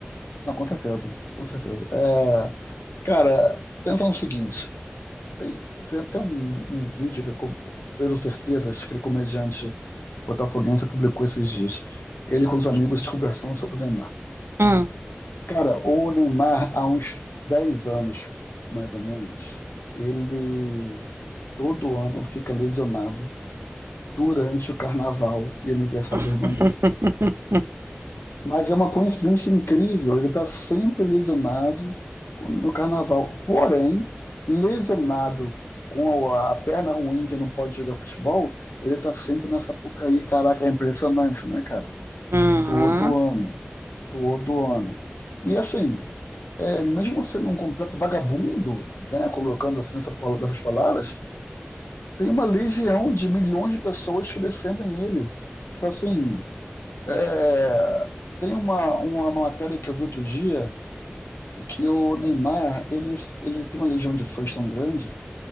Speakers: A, on the left; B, on the right.
A: Não, com certeza, com certeza. É, cara, pensa no seguinte. Tem, tem até um, um vídeo que, eu pelo certeza, acho que aquele comediante botafoguense publicou esses dias. Ele com os amigos conversando sobre o Neymar.
B: Hum.
A: Cara, o Neymar, há uns 10 anos, mais ou menos, ele todo ano fica lesionado durante o carnaval e aniversário
B: <laughs>
A: da irmã dele. Mas é uma coincidência incrível, ele está sempre lesionado no carnaval. Porém, lesionado com a a perna ruim, que não pode jogar futebol, ele está sempre na Sapucaí. Caraca, é impressionante, né, cara?
B: Uhum.
A: Todo ano, todo ano. E assim, é, mesmo sendo um completo vagabundo, né, colocando assim nessa, nessas palavras, tem uma legião de milhões de pessoas que defendem ele. Então, assim, é, tem uma, uma matéria que eu vi outro dia que o Neymar ele, ele tem uma legião de fãs tão grande